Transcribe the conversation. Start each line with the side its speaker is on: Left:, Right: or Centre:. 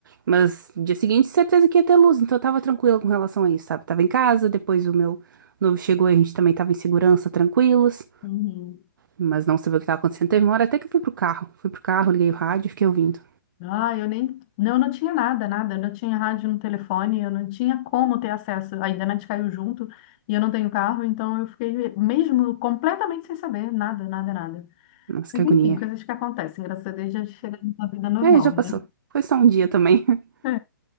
Right: Mas dia seguinte, certeza que ia ter luz, então eu tava tranquila com relação a isso, sabe? Tava em casa, depois o meu noivo chegou e a gente também tava em segurança, tranquilos.
Left: Uhum.
Right: Mas não sabia o que tava acontecendo. Teve uma hora até que eu fui pro carro. Fui pro carro, liguei o rádio e fiquei ouvindo.
Left: Ah, eu nem. Não, eu não tinha nada, nada. Eu não tinha rádio no telefone, eu não tinha como ter acesso. A internet caiu junto e eu não tenho carro, então eu fiquei mesmo completamente sem saber nada, nada, nada.
Right: Nossa,
Left: Mas
Right: que agonia.
Left: enfim, coisas que acontecem. Graças a Deus já chegamos na vida normal,
Right: É, é, já passou.
Left: né?
Right: Foi só um dia também. <laughs>
Left: É.